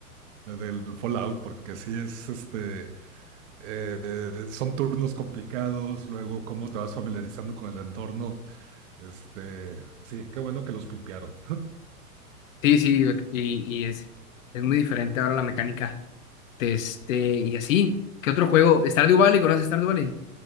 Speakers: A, on the right (about 55°); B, on the left (about 60°).
A: eh, del Fallout porque sí es, este, eh, son turnos complicados, luego cómo te vas familiarizando con el entorno. Este, sí, qué bueno que los pimpearon.
B: Sí, sí, y, y es, es muy diferente ahora la mecánica. Este, y así. ¿Qué otro juego? Stardew Valley, ¿conoces Stardew Valley?